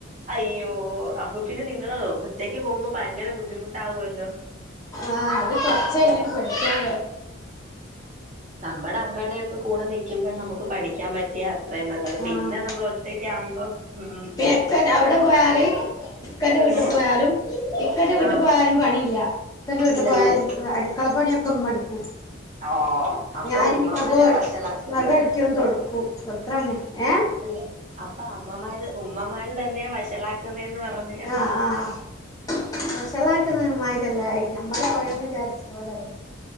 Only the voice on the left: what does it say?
ആഹ് അത് കുറച്ചയിനിണ്ട് പൊഠിക്കാൻ
ആഹ്
തെനെ അവിടെ പോയാല് ഇക്കന്റെ വീട്ടിൽ
പോയാലും ഇക്കന്റെ വീട്ടു
പോയാലും പണിയില്ല ഇക്കാന്റെ വീട്ടു
പോയാലും അടുക്കള പണിയൊക്കെ ഉമ്മ ടുക്കും
ഞാന്
മി അകോ
അകടിക്കും തുടക്കും അത്രതന്നെ ഏഹ്
ആഹ്, ആഹ്, ആഹ് വഷളാക്ക്ന്നമാര്യല്ലായ്ര് നമ്മള് സ്വയം വിചാരിച്ച പോലല്ലെ